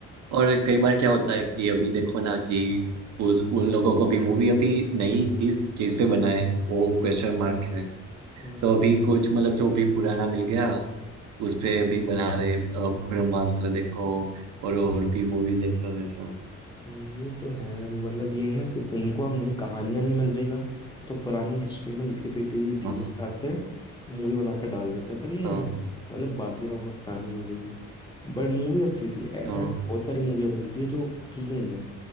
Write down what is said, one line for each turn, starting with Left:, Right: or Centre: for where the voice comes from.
Right: और कई बार क्या होता है कि अभी देखो ना कि उस उन लोगों को भी मूवी अभी नई किस चीज पे बनाए वो क्वेश्चन मार्क है
Left: हम्म
Right: तो अभी कुछ मतलब जो भी पुराना मिल गया उस पे अभी बना रहे अ, ब्रह्मास्त्र देखो और और भी मूवी देख लो ऐसा
Left: हम्म, ये तो है मतलब ये है कि उनको अब नई कहानियां नहीं मिल रही ना तो पुरानी हिस्ट्री में लिखी पिटी चीजें
Right: हाँ
Left: उठाते हैं मूवी बनाकर डाल देते हैं पर ये है
Right: हाँ
Left: भाई मतलब बाजीराव मस्तानी हो गई बट मूवी अच्छी थी ऐसे
Right: हाँ
Left: बहुत सारी मूवियाँ बनती है जो ठीक नहीं है